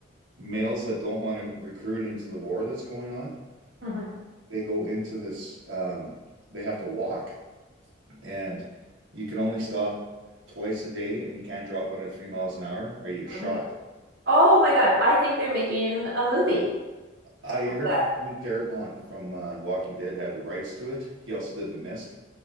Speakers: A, on the right; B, on the right.
A: males that don't want to recruit into the war that's going on,
B: Mhm.
A: they go into this. Um, they have to walk, and you can only stop twice a day, and you can't drop under three miles an hour, or you're
B: Mhm.
A: shot.
B: Oh my God. I think they're making a movie
A: I heard
B: of that.
A: Frank Darabont from uh, Walking Dead had the rights to it. He also did The Mist.